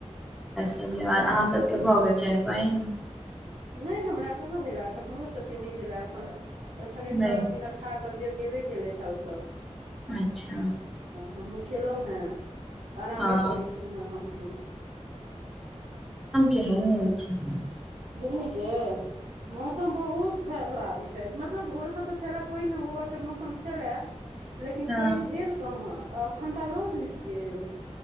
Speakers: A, in the centre; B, on the right.
A: आओर अहाँ सभके भऽ गेल चाय पानि
B: नहि हमरा कहाँ भेलया एखन हमरोसभके नहि भेलया एखन एखने
A: नहि
B: खाना पीना खा तऽ जे गेबे केलैथ है ओ सब
A: अच्छा
B: हमहुँ खेलहुॅं हें आरामे
A: हँ
B: करै छलहु हें हमहुँ
A: केहनो अच्छा
B: दिल्ली के मौसम बहुत खराब छै मतलब भोर सँ तऽ छले पानि होबय के मौसम छले लेकिन
A: हँ
B: पानि भेल कहाँ अखन तऽ आब रौद उगि गेल